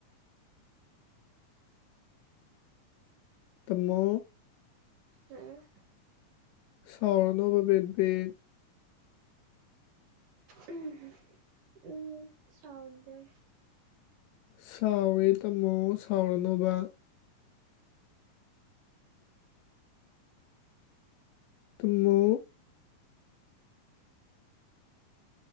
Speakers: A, on the left; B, on the right.
A: ꯇꯥꯃꯣ
B: ꯎꯝ
A: ꯁꯥꯎꯔꯅꯣꯕ ꯕꯦꯕꯤ
B: ꯎꯝ ꯎꯝ ꯁꯧꯗꯦ
A: ꯁꯥꯎꯔꯦ ꯇꯝꯃꯣ ꯁꯥꯎꯔꯅꯣꯕ ꯇꯥꯃꯣ